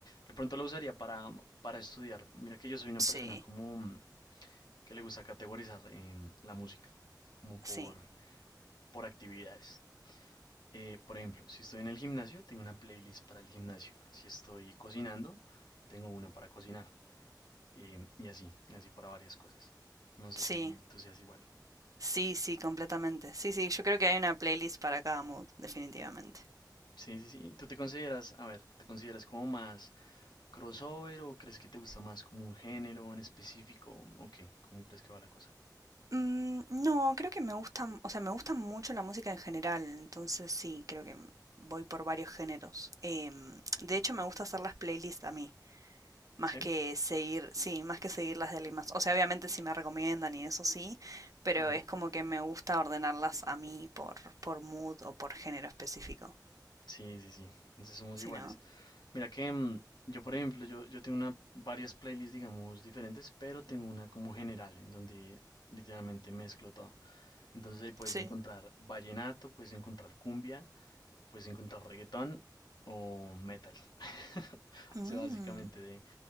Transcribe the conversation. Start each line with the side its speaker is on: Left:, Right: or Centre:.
Left: De pronto la usaría para, para estudiar. Mira que yo soy una
Right: Sí,
Left: persona como mm, que le gusta categorizar em, la música, como por,
Right: sí,
Left: por actividades. Eh, por ejemplo, si estoy en el gimnasio, tengo una playlist para el gimnasio. Si estoy cocinando, tengo una para cocinar. Em, y así, y así para varias cosas. No sé
Right: sí,
Left: si tú seas igual.
Right: sí, sí, completamente. Sí, sí, yo creo que hay una playlist para cada mood, definitivamente.
Left: Sí, sí, sí. ¿Tú te consideras, a ver, te consideras como más ¿Crossover o crees que te gusta más como un género en específico? ¿O qué? ¿Cómo crees que va la cosa?
Right: Mm, no, creo que me gustan, o sea, me gusta mucho la música en general, entonces sí, creo que voy por varios géneros. Em, de hecho, me gusta hacer las playlists a mí, más
Left: ¿Sí?
Right: que seguir, sí, más que seguir las de alguien más. O sea, obviamente si me recomiendan y eso sí, pero
Left: Claro.
Right: es como que me gusta ordenarlas a mí por, por mood o por género específico,
Left: Sí, sí, sí. Entonces somos
Right: si
Left: iguales.
Right: no?
Left: Mira que mm, yo, por ejemplo, yo, yo tengo una, varias playlists, digamos, diferentes, pero tengo una como general, en donde literalmente mezclo todo. Entonces ahí puedes
Right: Sí.
Left: encontrar vallenato, puedes encontrar cumbia, puedes encontrar reggaetón o metal. <laughs>
Right: Mm.
Left: O sea, básicamente de,